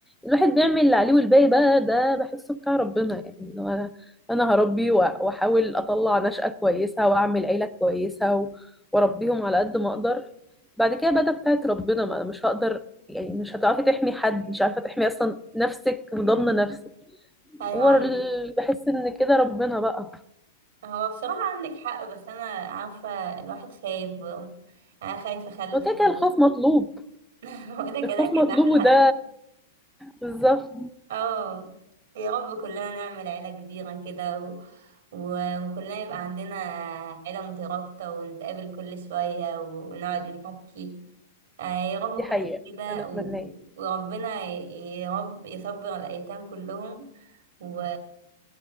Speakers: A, in the centre; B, on the right.
A: الواحد بيعمل اللي عليه والباقي بقى ده بحسه بتاع ربنا يعني إنه أنا أنا هربي وأ- وأحاول أطلع نشأة كويسة وأعمل عيلة كويسة و- وأربيهم على قد ما أقدر بعد كده بقى ده بتاعت ربنا ما أنا مش هقدر يعني مش هتعرفي تحمي حد مش عارفة تحمي أصلا نفسك وضامنة نفسك
B: أيوة
A: هو
B: عندك
A: ال- بحس ان كده ربنا بقى
B: هو بصراحة عندك حق بس أنا عارفة الواحد خايف برضه. أنا خايفة أخلف
A: هو كده
B: خالص
A: كده الخوف مطلوب
B: <laughs> هو ده
A: الخوف
B: كده
A: مطلوب
B: كده احنا
A: وده بالظبط
B: اه يا رب كلنا نعمل عيلة كبيرة كده و... و... وكلنا يبقى عندنا عيلة مترابطة ونتقابل كل شوية ونقعد نحكي آه يا رب
A: دي حقيقة
B: كلنا كده
A: ده اللي اتمناه
B: و... وربنا ي- يا رب يصبر الأيتام كلهم و...